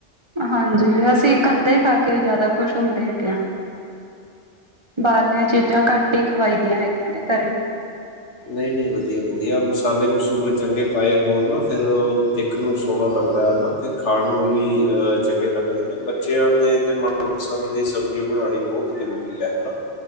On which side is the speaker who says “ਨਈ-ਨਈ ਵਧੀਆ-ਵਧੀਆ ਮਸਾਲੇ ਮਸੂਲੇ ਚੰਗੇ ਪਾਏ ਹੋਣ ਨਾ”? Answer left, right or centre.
Left